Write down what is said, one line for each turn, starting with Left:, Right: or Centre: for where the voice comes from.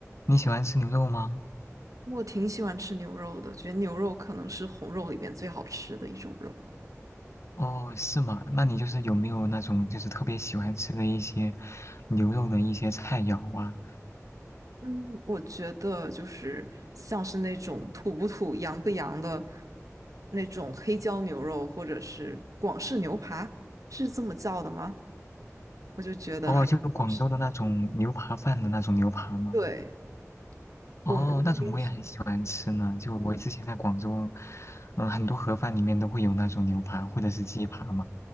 Left: 你喜欢吃牛肉吗？
Right: 我挺喜欢吃牛肉的，觉得牛肉可能是红肉里面最好吃的一种肉吧。
Left: 哦，是吗？那你就是有没有那种就是特别喜欢吃的一些牛肉的一些菜肴啊？
Right: 嗯，我觉得就是像是那种土不土、洋不洋的那种黑椒牛肉，或者是广式牛扒，是这么叫的吗？我就觉得还挺好吃。
Left: 哦，就广州的那种牛扒饭的那种牛扒吗？
Right: 对，
Left: 哦，
Right: 我们那边是，
Left: 那种我也很喜欢吃呢。就我之前在广州，嗯，很多盒饭里面都会有那种牛扒或者是鸡扒嘛。